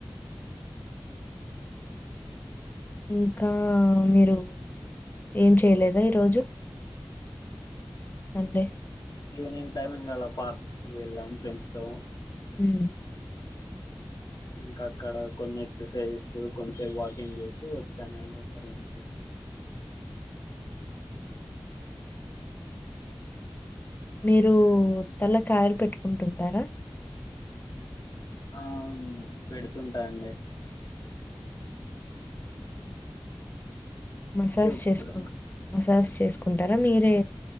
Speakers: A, on the left; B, on the left.
A: ఇంకా మీరు ఏం చేయలేదా ఈరోజు? సండే?
B: ఈవెనింగ్ టైమింగ్ అలా పార్క్ వెళ్ళాం ఫ్రెండ్స్ తో.
A: హ్
B: ఇంకా అక్కడ కొన్ని ఎక్సర్సైజ్ కొంచెంసేపు వాకింగ్ చేసి వచ్చానండి రూమ్ కి.
A: మీరు తలకి ఆయిల్ పెట్టుకుంటుంటారా?
B: ఆ పెడుతుంటా అండి.
A: మసాజ్
B: అంటే ఇప్పుడు
A: చేసుకు మసాజ్ చేసుకుంటారా మీరే